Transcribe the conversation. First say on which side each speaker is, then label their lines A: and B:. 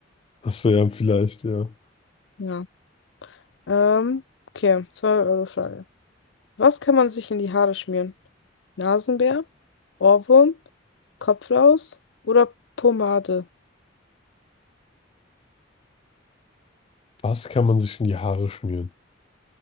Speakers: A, on the left; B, on the left.
A: Das ja, vielleicht, ja.
B: Ja. Ähm, okay, Zweite Euro Frage. Was kann man sich in die Haare schmieren? Nasenbär, Ohrwurm, Kopflaus oder Pomade?
A: Was kann man sich in die Haare schmieren?